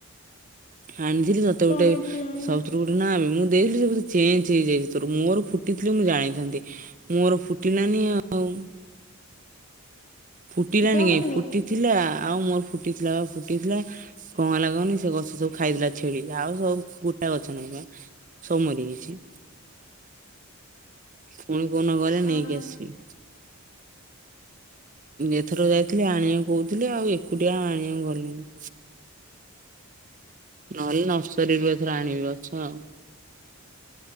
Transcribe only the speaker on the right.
ଆଣିଥିଲି ତତେ
ଗୋଟେ
ସବୁଥିରୁ ଗୋଟେ ନାବେ ମୁଁ ଦେଇଥିଲି ସେ ଚେଞ୍ଚ୍ ହେଇଯାଇ ଥୁରୁ ମୋର ଫୁଟିଥିଲି ମୁଁ ଜାଣିଥାନ୍ତି ମୋର ଫୁଟିଲାନି ଆଉ ଫୁଟିଲାଣି
କାଇଁ
ଫୁଟିଥିଲା ଆଉ ମୋର ଫୁଟିଥିଲା ବା ଫୁଟିଥିଲା କଣ ହେଲା କହନି ସେ ଗଛ ସବୁ ଖାଇଥିଲା ଛେଳି ଆଉ ସବୁ ଗଛ ନାଇଁ ବା ସବୁ ମରିଯାଇଚି। ପୁଣି କୋଉଦିନ ଗଲେ ନେଇକି
ଆସିବି। ଏଥର ଯାଇଥିଲି ଆଣିବାକୁ କହୁଥିଲି ଆଉ ଏକୁଟିଆ ଆଣିବାକୁ ଗଲିନି। ନହେଲେ ନର୍ସରୀରୁ ଏଥର ଆଣିବି ଗଛ ଆଉ।